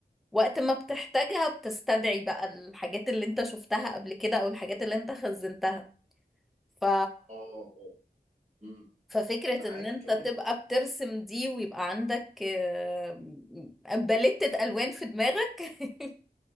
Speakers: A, in the centre; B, on the right.
A: وقت ما بتحتاجها بتستدعي بقى الحاجات اللي انت شفتها قبل كده او الحاجات اللي انت خزنتها ف...
B: اه آه. مم.
A: ففكرة
B: معاكي
A: ان انت
B: كملي
A: تبقى بترسم دي ويبقى عندك آه، باليتة الوان في دماغك <laughs>